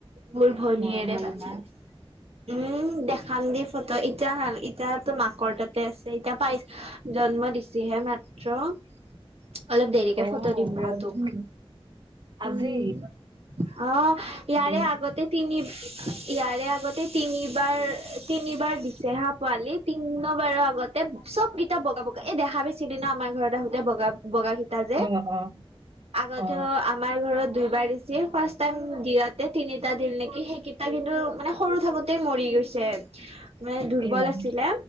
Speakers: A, on the right (about 80°); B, on the right (about 50°).
A: মোৰভনীয়েৰে
B: মৰম লাগে
A: বাচছে
B: না
A: উম। দেখাম দি ফটো ইটা নাল ইত তো মাকৰ তাতে আছে ইতিয়া পাইছ জন্ম দিছেহে মাত। ৰ অলপ দেৰিকে
B: অ
A: ফটো দিম ৰ
B: আজি
A: তোক।
B: আজি
A: উম, অঁ ইয়াৰে
B: দে
A: আগতে- তিনি ইয়াৰে আগতে তিনিবাৰ তিনিবাৰ দিছে হা পোৱালিত। তিন বাৰৰ আগতে চব কিতাপ বগা বগা এই দেখা বেছিলি ন আমাৰ ঘৰত আহোতে বগা বগা ক- যে
B: অ অ
A: আগতে
B: অ
A: আমাৰ ঘৰত দুইবাৰ দিছে ফাৰ্ষ্ট টাইম দি - তিনিটা দিল নেকি সেইকেইটা কিন্তু মানে সৰু থাকোতেই মৰি গৈছে। মানে দুৰ্বল
B: এইবাৰ
A: আছিলে,